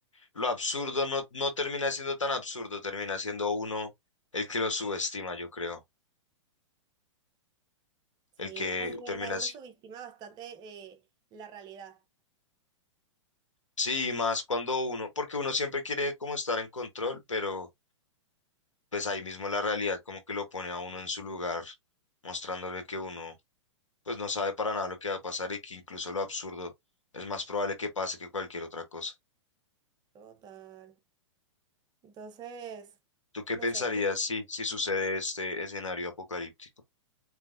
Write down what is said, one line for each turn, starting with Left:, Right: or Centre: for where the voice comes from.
Left: lo absurdo no, no termina siendo tan absurdo, termina siendo uno el que lo subestima, yo creo.
Right: Sí,
Left: El que
Right: ay,
Left: termina
Right: verdad,
Left: así.
Right: uno subestima bastante eh, la realidad.
Left: Sí, y más cuando uno, porque uno siempre quiere como estar en control, pero pues ahí mismo la realidad como que lo pone a uno en su lugar, mostrándole que uno pues no sabe para nada lo que va a pasar y que incluso lo absurdo es más probable que pase que cualquier otra cosa.
Right: Total. Entonces,
Left: ¿Tú qué
Right: no
Left: pensarías
Right: sé, yo-
Left: si, si sucede este escenario apocalíptico?